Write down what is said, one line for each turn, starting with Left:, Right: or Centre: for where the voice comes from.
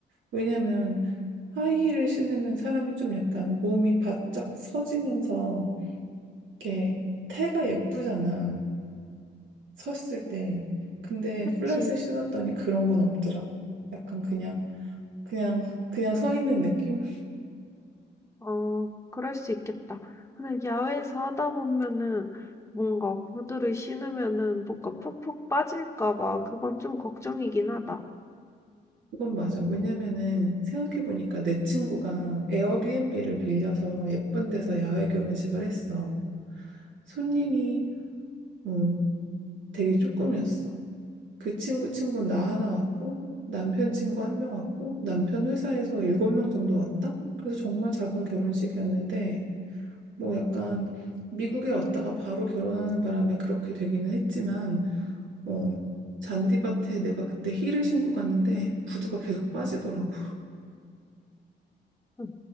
Right: 왜냐면 하이힐을 신으면 사람이 좀 약간 몸이 바짝 서지면서 이렇게 태가 예쁘잖아. 섰을 때. 근데
Left: 그치?
Right: 플랫을 신었더니 그런 건 없더라고. 약간 그냥, 그냥, 그냥 서 있는 느낌?
Left: 어, 그럴 수 있겠다. 근데 야외에서 하다 보면은 뭔가 구두를 신으면은 뭐가 푹푹 빠질까 봐 그건 좀 걱정이긴 하다.
Right: 그건 맞아. 왜냐면은 생각해보니까 내 친구가 에어비앤비를 빌려서 예쁜 데서 야외 결혼식을 했어. 손님이 음, 되게 조금이었어. 그 친구 친구는 나
Left: 음,
Right: 하나 왔고, 남편 친구 한 명 왔고, 남편 회사에서 일곱 명 정도 왔다? 그래서 정말 작은 결혼식이었는데, 뭐 약간 미국에 왔다가 바로 결혼하는 바람에 그렇게 되기는 했지만, 어, 잔디밭에 내가 그때 힐을 신고 갔는데 구두가 계속 빠지더라고.
Left: 음,